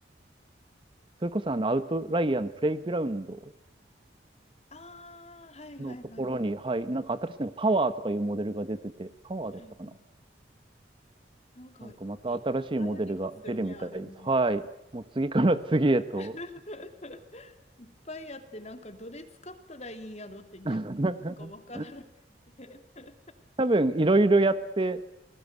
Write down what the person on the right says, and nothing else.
それこそあのアウトライアーのプレイグラウンド
のところに、はい、なんか新しいのがパワーとかいうモデルが出てて、パワーだったかな
なんかまた新しいモデルが出るみたいです。
はい。もう次から次へと。
<laughs>
多分いろいろやって、